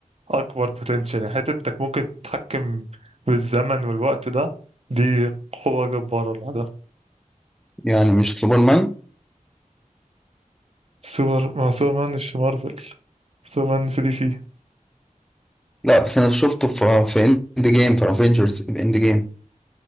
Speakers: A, on the right (about 50°); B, in the centre.
A: اكبر بوتنشال يعني حته انك ممكن تتحكم بالزمن والوقت ده دي قوه جباره لوحدها
B: يعني مش سوبرمان
A: سوبر ما سوبر مان مش في مارفل سوبر مان في دي سي
B: لا بس أنا شفته في في إند جيم في افنجرز في إند جيم